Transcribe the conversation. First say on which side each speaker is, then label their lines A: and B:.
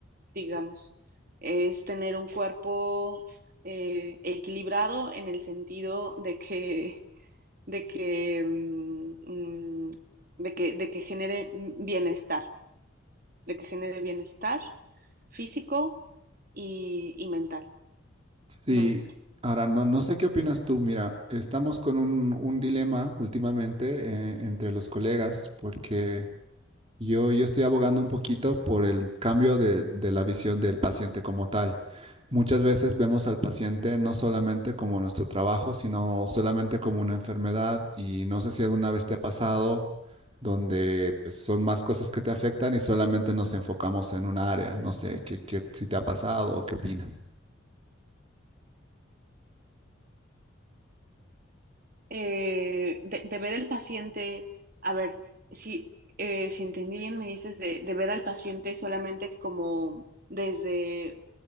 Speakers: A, on the right; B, on the right.
A: digamos. Es tener un cuerpo eh, equilibrado en el sentido de que, de que, mm, mm, de que, de que genere bienestar, de que genere bienestar físico y, y mental.
B: Sí,
A: No lo sé.
B: ahora no, no sé qué opinas tú. Mira, estamos con un, un dilema últimamente eh, entre los colegas porque yo, yo estoy abogando un poquito por el cambio de, de la visión del paciente como tal. Muchas veces vemos al paciente no solamente como nuestro trabajo, sino solamente como una enfermedad y no sé si alguna vez te ha pasado donde pues, son más cosas que te afectan y solamente nos enfocamos en un área. No sé qué, qué, si te ha pasado o qué opinas.
A: eh, de, de ver al paciente, a ver, si, eh, si entendí bien, me dices de, de ver al paciente solamente como desde